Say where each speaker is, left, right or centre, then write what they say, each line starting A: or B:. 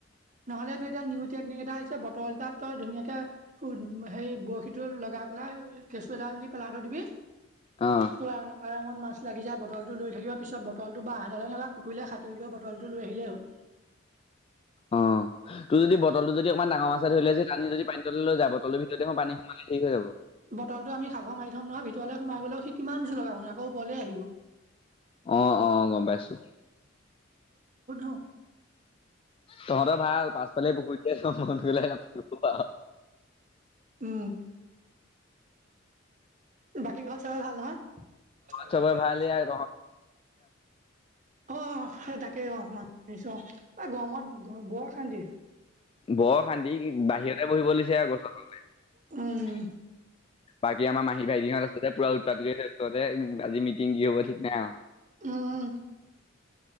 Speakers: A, on the right; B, on the left.
A: নহ'লেতটো এতিটা নিউ। নিগ এটা আহিছে বতৰত গাত ধুনীয়া কে হেৰি বৰশী টো। লগাই পেলাই কেঁচু এডাল দি পেলাই থ দিবি,
B: অ
A: ত আৰামত মাছ লাগি যায়। বটলটো লৈ থাকিব পিছত বটলটো বা আহডালে নলা পুখুৰীে সাটোৰিব বটলটো লৈ আহিলেই হ'ল।
B: অ তোৰ যদি বটল তটো যদি অকমান ডাঙৰ মাছছে ধৰি ললে যে পানি যদি পানী তল লৈ য বটলটোৰ ভিতৰত দেখোন পানী। ঠিক হৈ যাব।
A: বটলটো আমি সাফৰ মাৰি থ'ম নহয় ভিতৰলে সোমাই গ'লেও সি কিমান জোৰ লগাব নহ আকৌও ববলেই আহিব।
B: আহ অ গম পাইছো।
A: ব।
B: তহঁতৰ ভাল পাছফালে পুখুৰীত আছো মন গলে।
A: উম। বাকী ঘৰ সবাই ভাল নহয়।
B: চবৰে ভাল এয়া তহঁত
A: অ সেই তাকেই অ ম। নিশ্চ এই গৰমত ব খানদি।
B: বৰ শান্তি বাহিৰতে বহিব লৈছে গচলে।
A: উম,
B: বাকী আমাৰ মাহী বাইীহত আচলতে পৰা উপাত কৰিছে উৰতে। আজি মিটিং কি হ'ব ঠিক নাই আৰু।
A: উম,